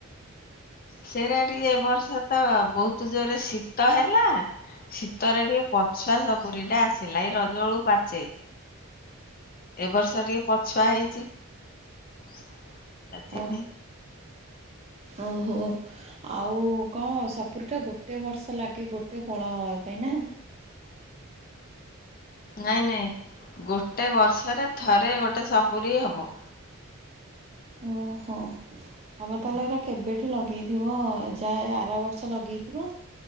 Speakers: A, on the left; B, on the right.
A: ସେଟା ଟିକେ ବର୍ଷା ତ ବହୁତ୍ ଜୋରରେ ଶୀତ ହେଲା ଶୀତରେ ଟିକେ ପଛୁଆ ସପୁରୀ ଟା ଆସିଲା ଏଇ ରଜ ବେଳକୁ ପାଚେ। ଏ ବର୍ଷ ଟିକେ ପଛୁଆ ହେଇଛି ସେଥିପାଇଁ।
B: ଓ ଓହୋ। ଆଉ କଣ ସପୁୁରି ଟା ଗୋଟେ ବର୍ଷ ଲାଗେ ଗୋଟେ ଫଳ ହବା ପାଇଁ ନାଁ।
A: ନାଇଁ ନାଇଁ। ଗୋଟେ ବର୍ଷରେ ଥରେ ଗୋଟେ ସପୁରୀ ହବ।
B: ଓହୋ ତମେ ତାହେଲେ ଏଇରା କେବେଠୁ ଠୁ ଲଗେଇଥିବ ଯାହା ଆର ବର୍ଷ ଲଗେଇଥିବ।